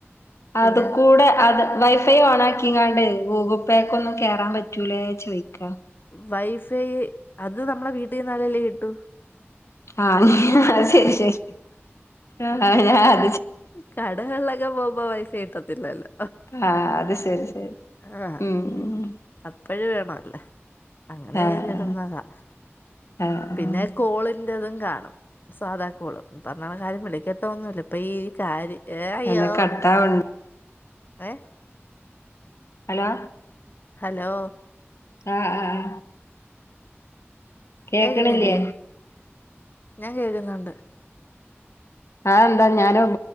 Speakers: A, on the left (about 45°); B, on the left (about 80°).
A: പിന്നെ
B: അതുകൂടെ അത് വൈഫൈ ഓൺ ആക്കിങ്ങാണ്ട് ഗൂഗിൾ പേ ഒന്നും കേയറാൻ പറ്റൂലേ ചോദിക്ക
A: വൈഫൈ അത് നമ്മട വീട്ടിൽന്നാലല്ലേ കിട്ടു
B: ആഹ ശരി ശരി ആ ഞ
A: കടകളിലൊക്കെ പോകുമ്പോ വൈഫ ഇട്ടത്തില്ലല്ലോ
B: ആഹ അത് ശരി ശരി
A: ആഹ
B: ഉം ഉം
A: അപ്പഴ വേണ അല്ലേ അങ്ങനെ
B: ആഹ്
A: എഴതിടുന്നതാ
B: ആഹ് ആഹ്
A: പിന്നെ കോളിന്റെ തും കാണും സാധനം കാൾ പറഞ്ഞ കാര്യം വിളിക്കാത്ത ഒന്നുംല്ല ഇപ്പൊ ഈ കാര്യ എ ഏയ്യോ
B: എന്താ കട്ടാവ്ണ്ടോ
A: ഏ
B: ഹലോ
A: ഹലോ
B: ആഹാ ആ ആ കേക്കണില്ലേ,?
A: കേക്കുന്നില്ലേ ഞാൻ കേക്കുന്ന്ണ്ട്
B: അതെന്താ ഞൻ